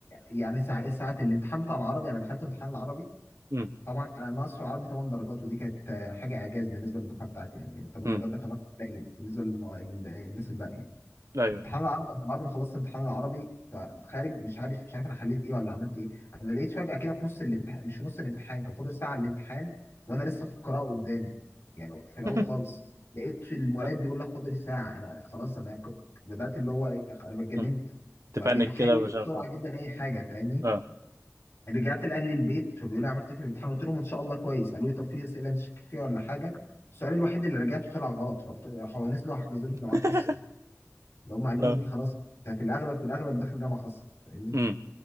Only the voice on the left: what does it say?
يعني ساعة ساعات الامتحان بتاع العربي انا دخلت امتحان العربي
طبعا انا ناقص في العربي 8 درجات ودي كانت آه، حاجه اعجاز بالنسبه للدفعه بتاعتي يعني يعني 8
درجات ده كان رقم قليل بالنسبه للنوع- للناس الباقيه
امتحان العربي انا بعد ما خلصت امتحان العربي فخارج مش عارف مش عارف انا حليت ايه ولا عملت ايه انا لقيت فجأة كده في نص الامتحان مش في نص الامتحان كان فاضل ساعة على الامتحان وانا لسه في القراءة قدام يعني في الاول
خالص لقيت المراقب
بيقول لك فاضل ساعة انا خلاص انا كنت بدأت اللي هو ايه أخ- انا اتجننت
بقى
بقيت احل
بسرعة
جدا اي حاجة فاهمني
رجعت لاهل البيت فبيقولوا لي عملت إيه في الامتحان قلت لهم ان شاء الله كويس قالوا لي طب في اسئلة انت شاكك فيها ولا حاجة السؤال الوحيد اللي رجعته طلع غلط فقلت- راحوا نزلوا حجزوا لي في جامعات
خاصة لو هم قالوا
لي انت خلاص انت في الاغلب في الاغلب داخل جامعه خاصه فاهمني